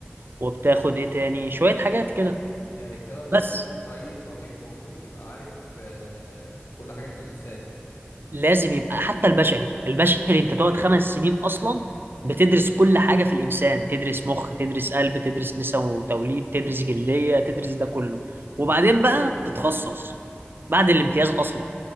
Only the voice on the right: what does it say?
وبتاخد ايه تاني شوية حاجات كده
بس
لازم يبقى حتى البشري البشري انت تقعد خمس سنين اصلا بتدرس كل حاجة في الانسان تدرس مخ تدرس قلب تدرس نساء وتوليد تدرس جلدية تدرس ده كله وبعدين بقى تتخصص بعد الامتياز اصلا